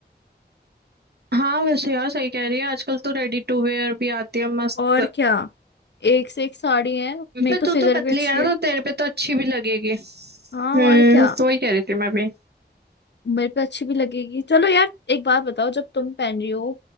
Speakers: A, on the right; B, on the left.
A: हाँ वैसे यार सही कह रही है आजकल तो रेडी टू वेयर भी आती है मस्त
B: और क्या एक से एक साड़ी है मेरी
A: पर
B: तो
A: तू
B: फिगर
A: तो पतली
B: भी अच्छी
A: है ना
B: है
A: तो तेरे पे तो अच्छी भी लगेगी हम्म
B: हाँ और क्या
A: तो वही कह रही थी मैं भी
B: मेरे पे अच्छी भी लगेगी चलो यार एक बात बताओ जब तुम पहन रही हो